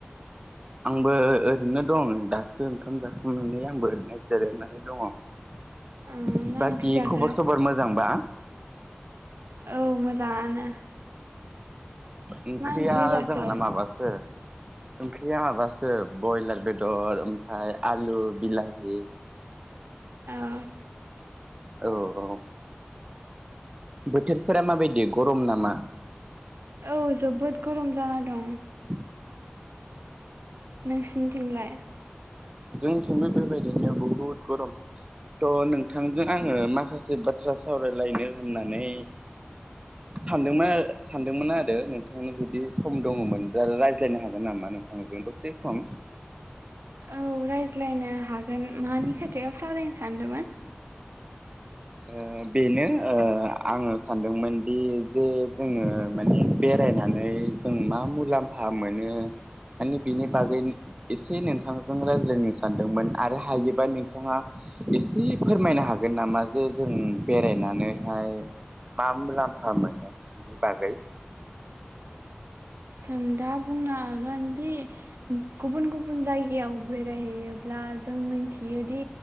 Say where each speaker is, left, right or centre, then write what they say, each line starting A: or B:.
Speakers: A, on the right; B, on the right.
A: आंबो ओ ओरैनो दं दासो ओंखाम जाखांनानै आंबो ओरैनो जिरायनानै दङ।
B: ओ मा
A: बाखि
B: ओंख्रि जाखो
A: खबर सबर मोजांबा?
B: औ मोजाङानो।
A: ओंख्रिया
B: मा ओंख्रि जाखो
A: जोंहाना माबासो ओंख्रिया माबासो बयलार बेदर ओमफाय आलु बिलाहि।
B: ओ
A: औ औ बोथोरफोरा माबायदि गरम नामा?
B: औ जोबोद गरम जाना दं।
A: <inaudible>
B: नोंस थिंलाय।
A: जोंथिबो बेबायदिनो बहुद गरम थ' नोंथांजों आङो माखासे बाथ्रा सावरायलायनो होननानै सानदोंमोन सानदोंमोन आरो नोंथांनो जुदि सम दङमोनब्ला रायज्लायनो हागोन नामा नोंथांजों दसे सम।
B: औ रायज्लायनो हागोन मानि खोथायाव सावरायनो सानदोमोन।
A: ओ बेनो आङो सानदोंमोन दि जे जोङो माने बेरायनानै जों मा मुलाम्फा मोनो माने बिनि बागै एसे नोंथांजों रायज्लायनो सानदोंमोन आरो हायोबा नोंथाङा एसे फोरमायनो हागोन नामा जे जों बेरायनानैहाय मा मुलाम्फा मोनो बिनि बागै।
B: आं दा बुंनो हागोनदि गुबुन -गुबुन जायगायाव बेरायहैयोब्ला जों मोन्थि योदि